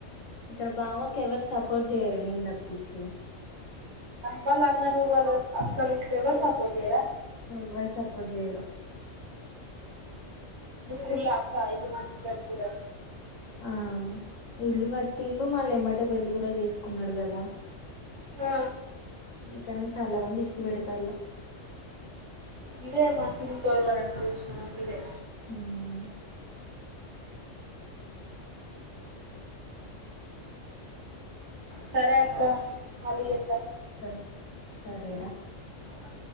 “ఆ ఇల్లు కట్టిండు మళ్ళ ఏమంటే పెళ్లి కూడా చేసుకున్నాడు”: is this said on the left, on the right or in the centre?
Left